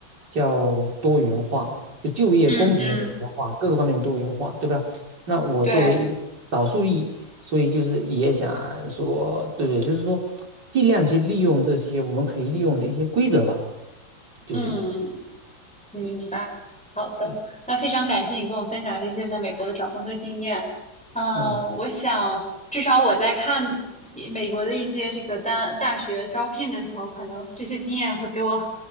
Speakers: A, on the right (about 60°); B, in the centre.
A: 叫多元化，就就业公平的多元化，
B: 嗯嗯，
A: 各个方面的多元化，对吧？那我作为一个少数裔，
B: 对，
A: 所以就是也想说，对对，就是说尽量去利用这些我们可以利用的一些规则吧，就是意思。
B: 嗯。明白，好的，
A: 对，
B: 那非常感谢你跟我分享这些在美国的找工作经验。呃，
A: 嗯。
B: 我想至少我在看一美国的一些这个单大学招聘的时候，可能这些经验会给我